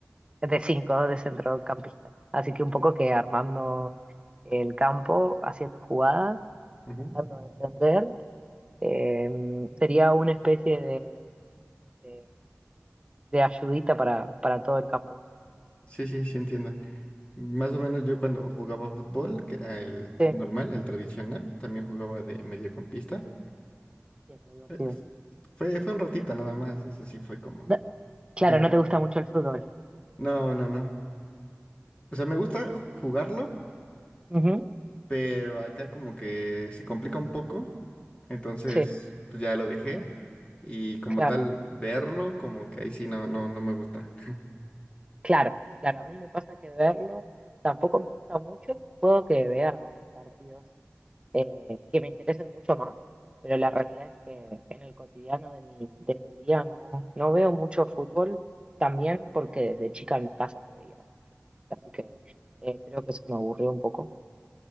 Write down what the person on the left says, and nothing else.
Ujú.
Sí, sí, sí, entiendo. Más o menos yo cuando jugaba fútbol, que era el
normal, el tradicional, también jugaba de mediocampista.
Eh, Fue, fue un ratito nada más, eso sí fue como...
<laughs>
No, no, no. O
sea, me gusta ju- jugarlo,
pero acá como que se complica un poco. Entonces,
pues ya lo dejé. Y como
tal, verlo, como que ahí sí no, no, no me gusta. <laughs>